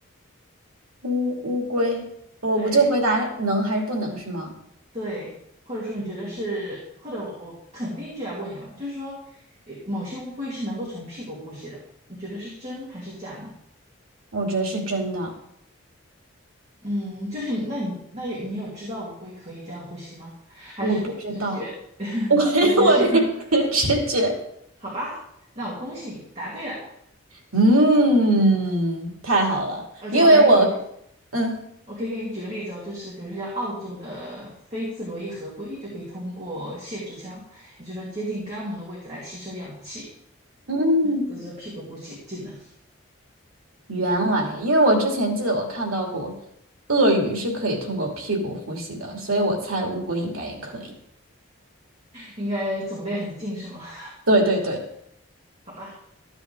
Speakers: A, on the right; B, on the right.
A: 乌乌龟，我我就回答能还是不能是吗？
B: 对对，或者说你觉得是，
A: 嗯，
B: 或者我我肯定就要问你嘛，就是说，诶某些乌龟是能够从屁股呼吸的，你觉得是真还是假呢？
A: 我觉得是真的，
B: 嗯，就是你，那你，那有你有知道乌龟可以这样呼吸吗？还是凭直觉？
A: 我不知道，
B: <laughs>
A: <laughs> 我我也凭直觉。
B: 直觉是，<laughs> 好吧，那我恭喜你答对了，
A: 嗯，太好了，
B: 而且我还给你，
A: 因为我嗯，
B: 我可以给你举个例子哦，就是比如说像澳洲的菲茨罗伊河龟就可以通过泄殖腔，也就是说接近肛门的位置来吸收氧气，
A: 嗯，
B: 这就是屁股呼吸技能，
A: 原来因为我之前记得我看到过，鳄鱼是可以通过屁股呼吸的，所以我猜乌龟应该也可以。
B: 应该种类很近是吗？<laughs>
A: 对对对。
B: 好吧，